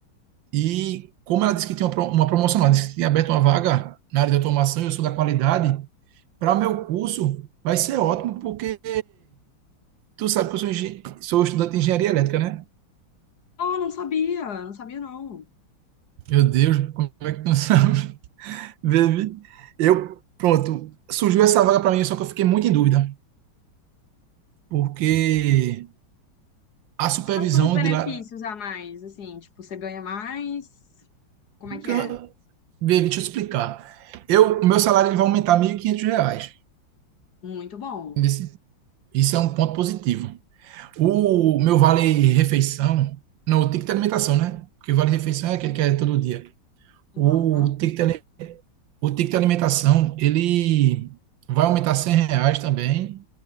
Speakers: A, on the right; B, on the left.
A: e como ela disse que tinha uma, pro- uma promoção lá, disse que tinha aberto uma vaga na área de automação e eu sou da qualidade, para meu curso vai ser ótimo porque tu sabe que eu sou, engen- sou estudante de engenharia elétrica, né?
B: Oh, não sabia, não sabia não.
A: Meu Deus, como é que tu não sabe? <laughs> Baby, eu, pronto, surgiu essa vaga para mim, só que eu fiquei muito em dúvida, porque a supervisão
B: Mas quais são os benefícios
A: de lá.
B: a mais, assim? Tipo, você ganha mais? Como é que
A: gan-
B: é?
A: Baby, deixa eu explicar. Eu, o meu salário ele vai aumentar 1.500 reais.
B: Muito bom.
A: entendesse? Isso é um ponto positivo. O meu vale refeição, não, o ticket de alimentação, né? Porque vale refeição é aquele que é todo dia.
B: Uhum,
A: O ticket, ali- o ticket de alimentação, ele vai aumentar 100 reais também.